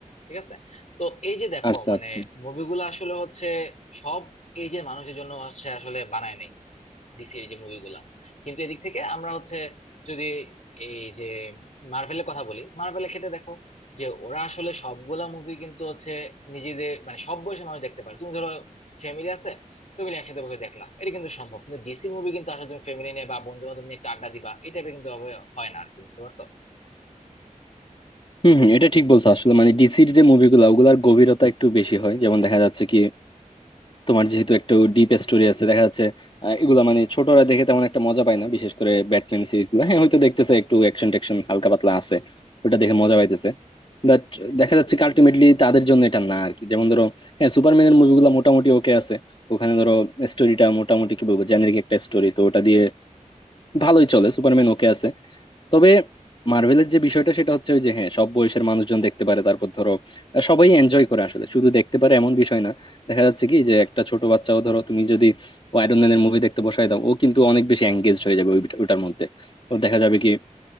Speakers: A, on the left (about 60°); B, on the left (about 40°).
A: ঠিক আছে তো এই যে দেখো
B: আচ্ছা
A: মানে
B: আচ্ছা
A: মুভিগুলো আসলে হচ্ছে সব এই যে মানুষের জন্য হচ্ছে আসলে বানায় নাই ডিসির এই যে মুভিগুলা কিন্তু এদিক থেকে আমরা হচ্ছে যদি এই যে মার্ভেলের কথা বলি মার্ভেলের ক্ষেত্রে দেখো যে ওরা আসলে সবগুলা মুভি কিন্তু হচ্ছে নিজেদের মানে সব বয়সী মানুষ দেখতে পারে তুমি ধরো ফ্যামিলি আছে ফ্যামিলি একসাথে বসে দেখলা এটা কিন্তু সম্ভব কিন্তু ডিসি মুভি কিন্তু আসলে তুমি ফ্যামিলি নিয়ে বা বন্ধু বান্ধব নিয়ে একটু আড্ডা দিবা এই টাইপের কিন্তু ওভাবে হয় না আর কি বুঝতে পারছো
B: হম হম এটা ঠিক বলছো আসলে মানে ডিসির যে মুভিগুলো ওগুলার গভীরতা একটু বেশি হয় যেমন দেখা যাচ্ছে কি তোমার যেহেতু একটু ডিপ স্টোরি আছে দেখা যাচ্ছে আহ, এগুলা মানে ছোটরা দেখে তেমন একটা মজা পায় না বিশেষ করে ব্যাটম্যান সিরিজ গুলো হ্যাঁ হয়তো দেখতেছে একটু অ্যাকশন ট্যাকশন হালকা পাতলা আছে ওটা দেখে মজা পাইতেছে বাট দেখা যাচ্ছে কি আলটিমেটলি তাদের জন্য এটা না আর কি যেমন ধরো হ্যাঁ সুপারম্যানের মুভিগুলো মোটামুটি ওকে আছে ওখানে ধরো স্টোরিটা মোটামুটি কি বলবো জেনারিক একটা স্টোরি তো ওটা দিয়ে ভালোই চলে সুপারম্যান ওকে আছে তবে মার্ভেলের যে বিষয়টা সেটা হচ্ছে ওই যে হ্যাঁ সব বয়সের মানুষজন দেখতে পারে তারপর ধরো আহ, সবাই এনজয় করে আসলে শুধু দেখতে পারে এমন বিষয় না দেখা যাচ্ছে কি যে একটা ছোট বাচ্চাও ধরো তুমি যদি আয়রন ম্যানের মুভি দেখতে বসাই দাও ও কিন্তু অনেক বেশি এঙ্গেজড হয়ে যাবে ওই- ওইটার মধ্যে ও দেখা যাবে কি